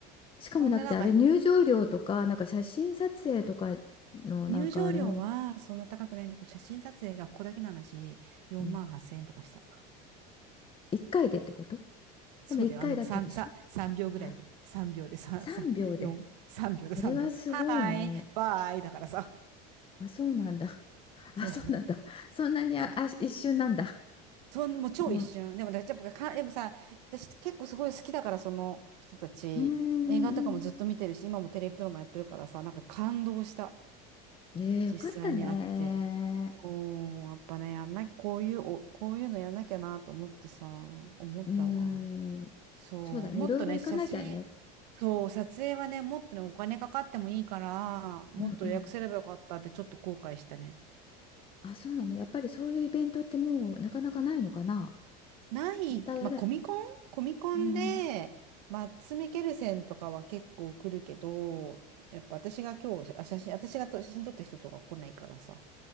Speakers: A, on the left (about 25°); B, on the right (about 85°).
A: しかもなくて、
B: そんでなんか、
A: あれ入場料とか、
B: え、
A: なんか写真撮影とかのなんかあれも、
B: 入場料はそんな高くないんだけど、写真撮影がここだけの話、4万8000円とかした。
A: うん、1回でってこと
B: そうだよ、
A: でも1回だけでしょ
B: あの、3、さ、3秒ぐらいで。
A: あ、
B: 3秒で3、
A: 3秒で。
B: さ、4、3秒で3秒。
A: それはすごいね。
B: はーい、バーイだからさ。
A: あ、そうなんだ。
B: そう。
A: あ、そうなんだ。そんなにあ、
B: そう。
A: あ、一瞬なんだ。
B: そん、もう超一瞬。
A: もう、
B: でも、だってやっぱか、でもさ、私結構すごい好きだから、その人たち、
A: うーん。
B: 映画とかもずっと見てるし、今もテレビドラマやってるからさ、なんか感動した。
A: ええよかったね。
B: 実際に会って、おー、やっぱね、やんな、こういう、お、こういうのやんなきゃなと思ってさ、思ったわ。
A: うーん。
B: そう、
A: そうだね。
B: もっとね、
A: いろいろ行かなきゃね。
B: 写真、そう、撮影はね、もっとね、お金かかってもいいから、もっと予約すればよかったってちょっと後悔したね。
A: うんうん。あ、そうなの。やっぱりそういうイベントってもうなかなかないのかな。
B: ない、
A: またやる。
B: まあ、コミコンコミコンで、
A: うん。
B: マッツ・ミケルセンとかは結構来るけど、やっぱ私が今日、あ、写真、私がと写真撮った人とか来ないからさ。